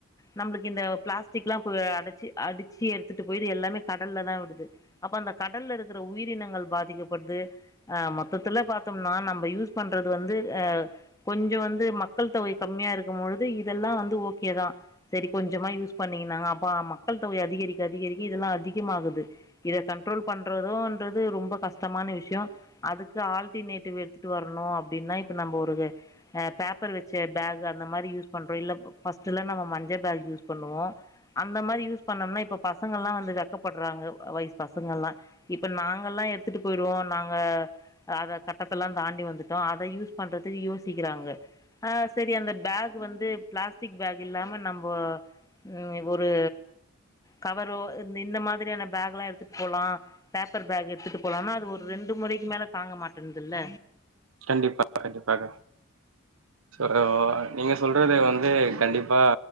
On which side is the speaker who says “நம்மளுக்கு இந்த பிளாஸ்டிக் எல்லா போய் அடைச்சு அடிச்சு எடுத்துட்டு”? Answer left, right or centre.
Left